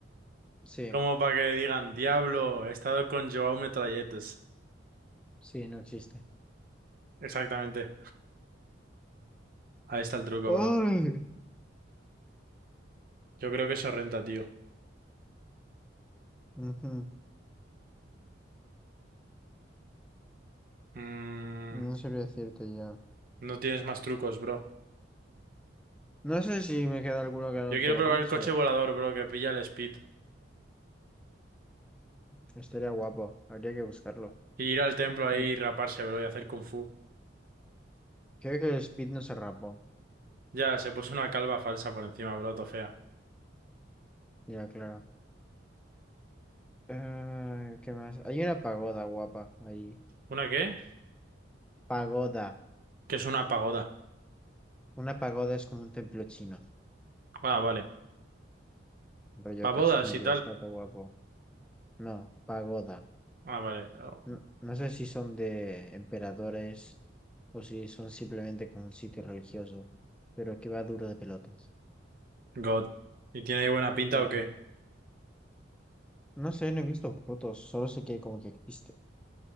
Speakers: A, in the centre; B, on the right.
A: Sí,
B: Como para que digan, diablo, he estado con Joao Metralletes.
A: sí, no existe.
B: Exactamente. Ahí está el truco,
A: Ay.
B: bro. Yo creo que eso renta, tío.
A: Ujú.
B: Mm,
A: No sabría decirte ya.
B: No tienes más trucos, bro.
A: No sé si me queda alguno que
B: Yo
A: no
B: quiero
A: te
B: probar
A: haya dicho.
B: el coche volador, bro, que pilla el speed.
A: Estaría guapo, habría que buscarlo.
B: Y ir al templo ahí
A: Mm,
B: y raparse, bro, y hacer kung fu.
A: Creo que el Speed no se rapó,
B: Ya, se puso una calva falsa por encima, bro, to fea.
A: ya claro. Eh, ¿qué más? Hay una pagoda guapa ahí.
B: ¿Una qué?
A: Pagoda.
B: Que es una pagoda.
A: Una pagoda es como un templo chino,
B: Ah, vale.
A: rollo
B: Pagodas
A: castillo,
B: y tal.
A: está todo guapo. No, pagoda.
B: Ah, vale. Oh,
A: No, no sé si son de emperadores o si son simplemente como un sitio religioso, pero que va duro de pelotas.
B: God. ¿Y tiene ahí buena pinta
A: Ujú.
B: o qué?
A: No sé, no he visto fotos, solo sé que como que existe.